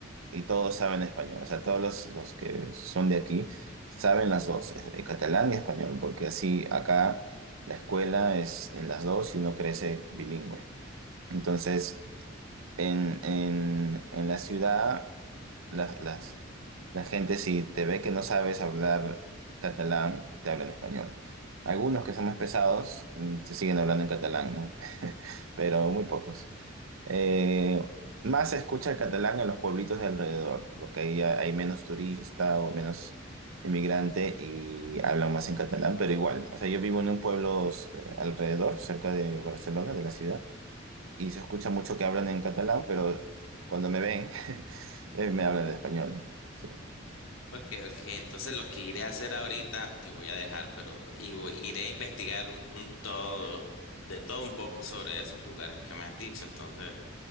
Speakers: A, on the right (about 80°); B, on the left (about 80°).
A: y todos saben español, o sea, todos los, los que son de aquí saben las dos, eh, eh, catalán y español, porque así acá la escuela es en las dos y uno crece bilingüe. Entonces, en, en en la ciudad... las, las, la gente si te ve que no sabes hablar catalán, te habla en español. Algunos que son más pesados mm, se siguen hablando en catalán, ¿no? <laughs> Pero muy pocos. Eh, más se escucha el catalán en los pueblitos de alrededor, porque ahí ha- hay menos turista o menos inmigrante y hablan más en catalán, pero igual. O sea, yo vivo en un pueblo eh, alrededor, cerca de Barcelona, de la ciudad y se escucha mucho que hablan en catalán, pero cuando me ven, <laughs> eh, me hablan de español, ¿no? Sí,
B: Ok, ok, entonces lo que iré a hacer ahorita te voy a dejar, pero y voy- iré a investigar un, un todo, de todo un poco sobre esos lugares que me has dicho. Entonces,